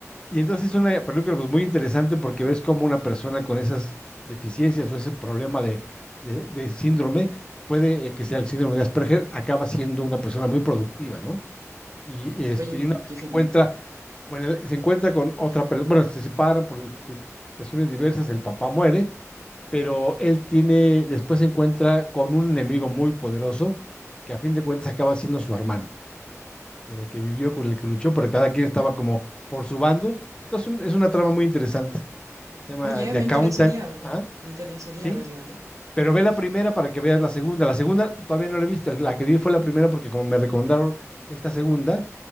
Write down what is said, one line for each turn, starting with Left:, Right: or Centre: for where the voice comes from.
Left: Y entonces es una película pues, muy interesante porque ves cómo una persona con esas deficiencias o ese problema de, de- de síndrome, puede eh, que sea el síndrome de Asperger, acaba siendo una persona muy productiva, ¿no? Y, este,
Right: Oye,
Left: y una vez
Right: qué qué
Left: se
Right: genial.
Left: encuentra, bueno el- se encuentra con otra persona, bueno, se separan por situaciones diversas, el papá muere, pero él tiene, después se encuentra con un enemigo muy poderoso que a fin de cuentas acaba siendo su hermano con el que vivió, con el que luchó, pero cada quien estaba como por su bando. Entonces un- es una trama muy interesante. Se llama
Right: Oye,
Left: The
Right: me
Left: Accountant.
Right: interesaría,
Left: Ajá,
Right: me interesaría
Left: Sí,
Right: verla, ¿eh?
Left: pero
Right: Sí,
Left: ve la
Right: sí.
Left: primera para que veas la segunda. La segunda todavía no la he visto. La que vi fue la primera porque como me recomendaron esta segunda,